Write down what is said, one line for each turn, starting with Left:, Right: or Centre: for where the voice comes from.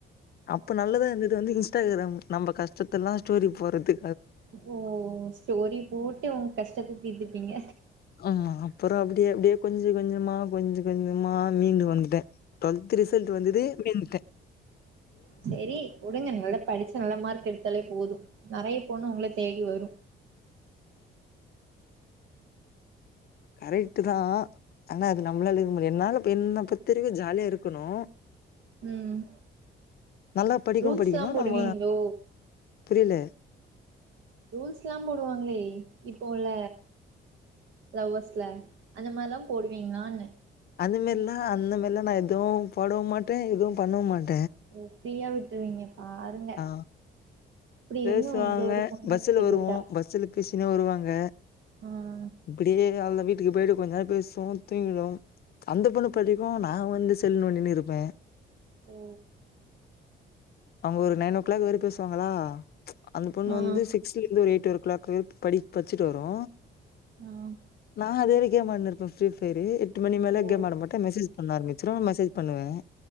Left: அப்ப நல்லதா இருந்தது வந்து இன்ஸ்டாகிராம் நம்ம கஷ்டத்தெல்லா ஸ்டோரி போறது
Right: ஓ ஸ்டோரி போட்டு உங்க கஷ்டத்த தீர்த்துப்பீங்க
Left: ஆமா அப்பறோ அப்டியே அப்டியே கொஞ்சோ கொஞ்சோமா கொஞ்சோ கொஞ்சோமா மீண்டு வந்துட்ட டுவெல்த் ரிசல்ட் வந்தது ஓடி வந்துட்ட
Right: சரி உடுங்க நல்லா படிச்சு நல்ல மார்க் எடுத்தாலே போது நெறய பொண்ணு உங்கள தேடி வரு
Left: கரெக்ட்தா ஆனா அது நம்மளால இருக்க முடியு என்னால என்னப் பொருத்த வரைக்கு ஜாலியா இருக்கணு
Right: ம்
Left: நல்லா படிக்கு
Right: ரூல்ஸ்லா
Left: படிக்கணு
Right: போடுவீங்களோ
Left: நம்ம புரியல
Right: ரூல்ஸ்ல்லா போடுவாங்ளே இப்ப உள்ள லவ்வர்ஸ்ல அந்த மாரிலா போடுவீங்களான்ன
Left: அந்த மாரில்லா அந்த மாரிலா நா எதுவு போடவு மாட்ட எதுவு பண்ணவு மாட்ட
Right: ஓ ஃபிரியா விட்ருவீங்க பாருங்க
Left: ஆ
Right: இப்டி
Left: பேசுவாங்க
Right: இருந்து உங்கள ஒரு பொண்ணு
Left: பஸ்ல
Right: விட்டு
Left: வருவோ
Right: போயிட்டா
Left: பஸ்ல பேசினே வருவாங்க
Right: அ
Left: இப்டியே அல்ல வீட்டுக்கு போய்ட்டு கொஞ்ச நேரோ பேசு துக்கிடு அந்த பொண்ணு படிக்கு நா வந்து செல் நொன்டினு இருப்பே
Right: ஓ
Left: அவுங்க ஒரு நைனோ ஓ கிளாக் வரை பேசுவாங்களா அந்த பொண்ணு
Right: ஆ
Left: வந்து சிக்ஸல இருந்து ஒரு எயிட் ஒரு க்ளாக் வெறு படி படிச்சுட்டு வரு
Right: ஆ ம்
Left: நா அது வர கேம் ஆடினு இருப்பே ஃப்ரீஃபயர் எட்டு மணி மேலே
Right: ஓ
Left: கேம் ஆட மாட்டே மெசேஜ் பண்ண அரமிச்சிரு நா மெசேஜ் பண்ணுவே